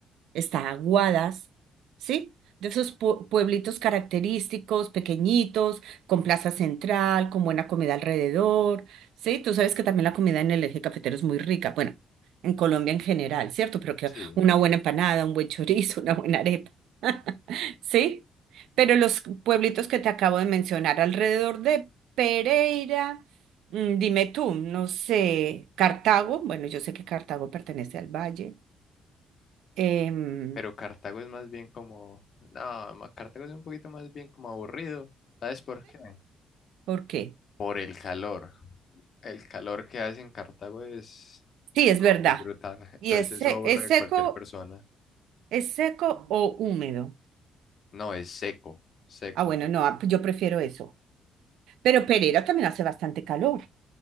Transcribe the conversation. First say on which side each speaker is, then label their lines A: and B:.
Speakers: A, on the right; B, on the left.
A: está Aguadas, ¿sí? De esos pue- pueblitos característicos, pequeñitos, con plaza central, con buena comida alrededor, ¿sí? Tú sabes que también la comida en el eje cafetero es muy rica, bueno, en Colombia en general, ¿cierto? Pero que
B: Sí.
A: una buena empanada, un buen chorizo, <laughs> una buena arepa, <laughs> ¿sí? Pero los pueblitos que te acabo de mencionar alrededor de Pereira, mm, dime tú, no sé, Cartago, bueno, yo sé que Cartago pertenece al valle. em,
B: Pero Cartago es más bien como, no, ma- Cartago es un poquito más bien como aburrido. ¿Sabes por qué?
A: ¿por qué?
B: Por el calor. El calor que hace en Cartago es no,
A: Sí, es verdad.
B: muy brutal. Entonces
A: ¿Y es, se-
B: eso aburre
A: es
B: a
A: seco,
B: cualquier persona.
A: es seco o húmedo?
B: No, es seco, seco.
A: Ah, bueno, no, ah, yo prefiero eso. Pero Pereira también hace bastante calor.